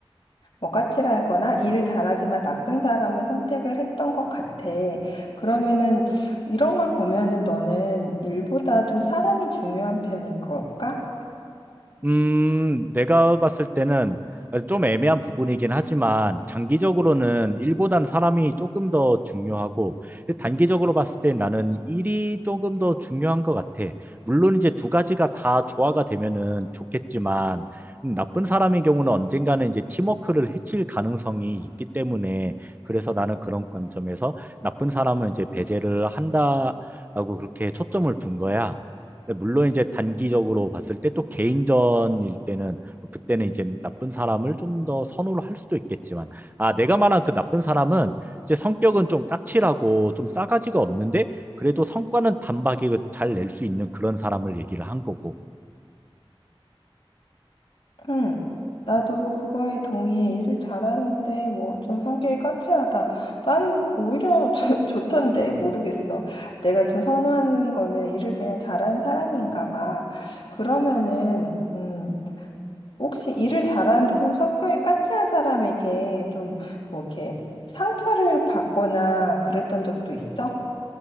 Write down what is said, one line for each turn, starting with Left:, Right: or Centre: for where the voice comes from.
Left: 뭐 까칠하거나 일을 잘하지만 나쁜 사람을 선택을 했던 것 같아. 그러면은 이런 걸 보면은 너는 일보다 좀 사람이 중요한 편인 걸까?
Right: 음, 내가 봤을 때는 좀 애매한 부분이긴 하지만 장기적으로는 일보단 사람이 조금 더 중요하고 단기적으로 봤을 때 나는 일이 조금 더 중요한 것 같아. 물론 이제 두 가지가 다 조화가 되면은 좋겠지만 음, 나쁜 사람의 경우는 언젠가는 이제 팀워크를 해칠 가능성이 있기 때문에 그래서 나는 그런 관점에서 나쁜 사람은 이제 배제를 한다라고 그렇게 초점을 둔 거야. 물론 이제 단기적으로 봤을 때 또 개인전일 때는 뭐 그때는 이제 나쁜 사람을 좀 더 선호를 할 수도 있겠지만 아 내가 말한 그 나쁜 사람은 이제 성격은 좀 까칠하고 좀 싸가지가 없는데 그래도 성과는 단박에 그 잘낼 수 있는 그런 사람을 얘기를 한 거고
Left: 응, 나도 그거에 동의해. 일을 잘하는데, 뭐, 좀 성격이 까칠하다. 난 오히려 <laughs> 좋 좋던데, 모르겠어. 내가 좀 선호하는 거는 일을 그냥 잘하는 사람인가 봐. 그러면은, 음, 혹시 일을 잘하는데 좀 성격이 까칠한 사람에게 좀, 뭐, 이렇게 상처를 받거나 그랬던 적도 있어?